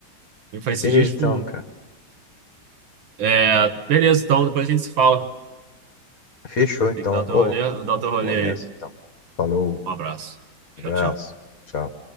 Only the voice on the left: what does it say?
Beleza,
então, cara.
Fechou, então.
Ô,
vou nessa,
então. Falou,
abraço,
tchau.